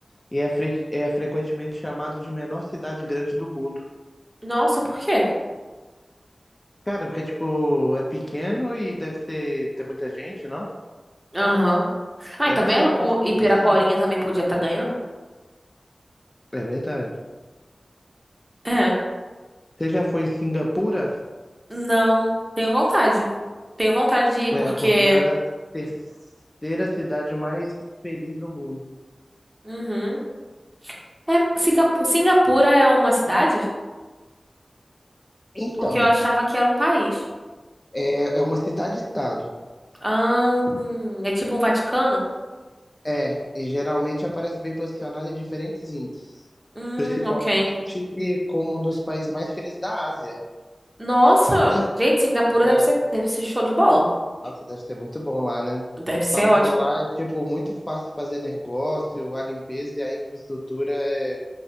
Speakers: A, on the left (about 25°); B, on the right (about 15°).
A: e é, fre- é frequentemente chamado de menor cidade grande do mundo.
B: Nossa, por quê?
A: Cara, porque tipo, é pequeno e deve ser, ter muita gente, não?
B: Aham. Ai,
A: Eu
B: tá
A: não
B: vendo
A: sei porque
B: como
A: é chamado
B: Ipiraporinha
A: assim.
B: também podia estar ganhando?
A: É verdade.
B: É.
A: Você já foi em Singapura?
B: Não, tenho vontade. Tenho vontade de ir
A: É
B: porque.
A: considerada a terceira cidade mais feliz do mundo.
B: Uhum. É, Singapu- Singapura é uma cidade?
A: Então,
B: Porque eu achava que era um país.
A: é, é uma cidade-estado.
B: Ah, é tipo um Vaticano?
A: É, e geralmente aparece bem posicionada em diferentes índices,
B: Hum,
A: principalmente
B: ok.
A: como um dos países mais felizes da Ásia,
B: Nossa,
A: sabia?
B: gente, Singapura
A: É.
B: deve ser, deve ser show de bola.
A: Nossa, deve ser muito bom lá, né?
B: Deve ser
A: Falam
B: ótimo.
A: que lá é, tipo, muito fácil fazer negócio, a limpeza e a infraestrutura é